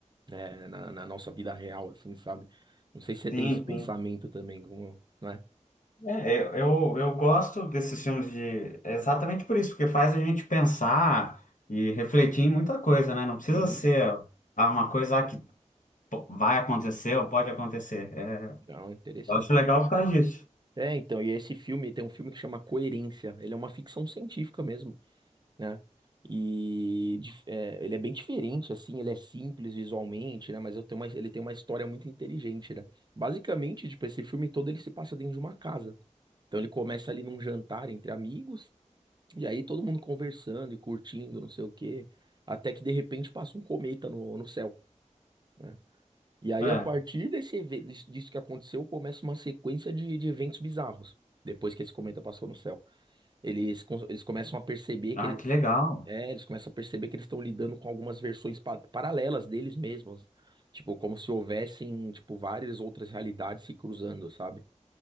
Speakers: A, on the right; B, on the left.
A: né, na, na nossa vida real, assim, sabe? Não sei se você
B: Sim,
A: tem esse pensamento também, como, né?
B: É, eu, eu, eu gosto desses filmes de exatamente por isso, porque faz a gente pensar e refletir em muita coisa, né? Não precisa
A: Sim.
B: ser ah, uma coisa ah, que po- vai acontecer ou pode acontecer. É,
A: Não, interessante.
B: eu acho legal por causa disso.
A: É, então, e esse filme tem um filme que chama Coerência. Ele é uma ficção científica mesmo, né? E dif- é, ele é bem diferente, assim, ele é simples visualmente, né? Mas eu tenho uma- ele tem uma história muito inteligente, né? Basicamente, tipo, esse filme todo ele se passa dentro de uma casa. Então ele começa ali num jantar entre amigos, e aí todo mundo conversando e curtindo, não sei o quê, até que de repente passa um cometa no, no céu. né? E aí,
B: É.
A: a partir desse, eve- dis- disso que aconteceu, começa uma sequência de, de eventos bizarros. Depois que esse cometa passou no céu, eles, con- eles começam a perceber
B: Ah,
A: que eles.
B: que legal.
A: É, eles começam a perceber que eles estão lidando com algumas versões pa- paralelas deles mesmos. Tipo, como se houvessem, tipo, várias outras realidades se cruzando, sabe?